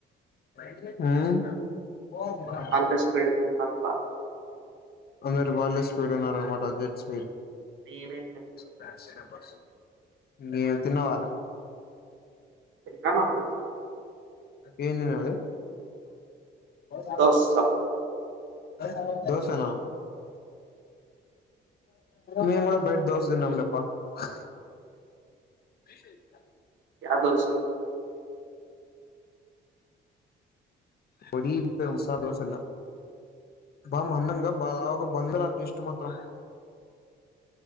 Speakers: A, on the left; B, on the right.
A: ఉమ్ పోదాంరా
B: అల్లే స్పీడ్ ఎక్కువ ఉన్నా అట్లా
A: అందురు వేల్స్ సుడుమనరా మా పదా తి
B: నేనే
A: ఫ్యాన్స్ నంబర్సు ఇంకేం తిన్నావా
B: తిన్నా నాకు కొంచెం
A: ఏంది మే ఆది బస
B: దోస
A: <unintelligible> దోసనా మేము కూడా బయట దోస తిన్నంలేప్పా ఆ తిశేయ్ చెప్తా
B: క్యా దోసా
A: పొడి మసాలా దోసా తిన్న బా మందంగా బా లావుగా బాలేఉందిరా టేస్ట్ మాత్రం